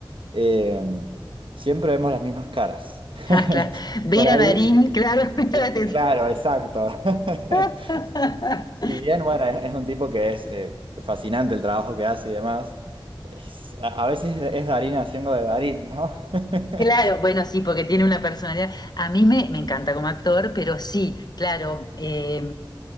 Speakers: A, on the right; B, on the left.
A: eh, siempre vemos las mismas caras. <laughs>
B: Ah, claro. Vera
A: Por ahí,
B: Darín, claro. <laughs> mira,
A: eh,
B: te-
A: eh, claro, exacto. <laughs>
B: <laughs>
A: Si bien, bueno, es, es un tipo que es eh, fascinante el trabajo que hace y demás, es- a, a veces es Darín haciendo de Darín, ¿no? <laughs>
B: Claro, bueno, sí, porque tiene una personalidad. A mí me, me encanta como actor, pero sí, claro, eh,